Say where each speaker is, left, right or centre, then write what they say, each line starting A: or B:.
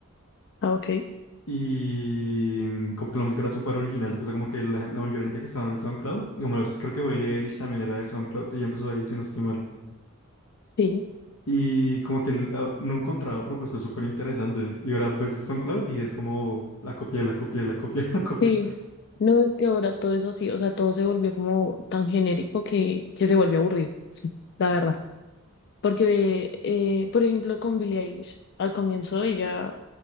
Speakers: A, on the left (about 55°); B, on the left (about 80°).
A: Ah, ok.
B: Y mm, como que la música era súper original. O sea, como que la, gen- la mayoría de gente que estaba en SoundCloud, y como los- creo que Billie Eilish también era de SoundCloud, ella empezó ahí, si no estoy mal.
A: Sí,
B: Y como que no encontraba propuestas súper interesantes. Y ahora ves a SoundCloud y es como la copia, la copia, la copia, <laughs> la copia.
A: sí. No es que ahora todo es así, o sea, todo se volvió como tan genérico que, que se volvió aburrido, sí, la verdad. Porque, eh, por ejemplo, con Billie Eilish, al comienzo ella